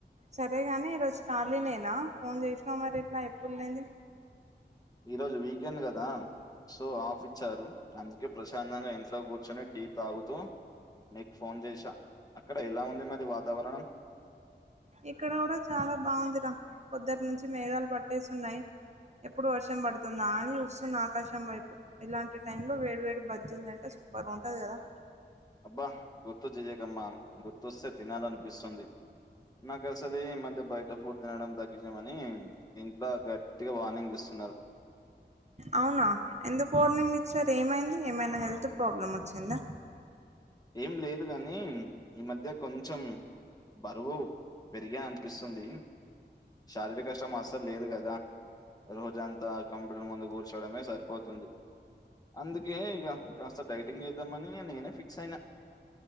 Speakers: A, on the right; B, on the left.
A: సరేగాని ఈరోజు ఖాళీ నేనా ఫోన్ చేసినా మరి ఇట్లా ఎప్పుడు లేంది
B: ఈ రోజు వీకెండ్ కదా సో ఆఫ్ ఇచ్చారు అందుకే ప్రశాంతంగా ఇంట్లో కూర్చొని టీ తాగుతూ నీకు ఫోన్ చేసా అక్కడ ఎలా ఉంది మరి వాతావరణం
A: ఇక్కడ కూడా చాలా బాగుందిరా పొద్దంట నుంచి మేఘాలు పట్టేసిన్నాయి ఎప్పుడు వర్షం పడుతుందా అని వస్తున్న ఆకాశం వైపు ఇలాంటి టై లో వేడి వేడి బజ్జీలు తంటే సూపర్గా ఉంటది కదా
B: అబ్బా గుర్తు చెయ్యకమ్మా గుర్తుస్తే తినాలనిపిస్తుంది నాకు అసలే ఈ మధ్య బయట ఫుడ్ తినడం తగ్గించామని ఇంట్లో గట్టిగా వాార్నింగ్ ఇస్తున్నారు
A: అవునా ఎందుకు ఓర్నింగ్ ఇచ్చారు ఏమైంది ఏమైనా హెల్త్ ప్రాబ్లమ్ వచ్చిందా
B: ఏం లేదు గాని ఈ మధ్య కొంచెం బరువు పెరిగా అనిపిస్తుంది శారీరక శ్రమ అస్సలు లేదు కదా రోజంతా కంప్యూటర్ ముందు కూర్చోవడమే సరిపోతుంది అందుకే ఇక కాస్త డైటింగ్ చేద్దామని నేనే ఫిక్స్ అయిన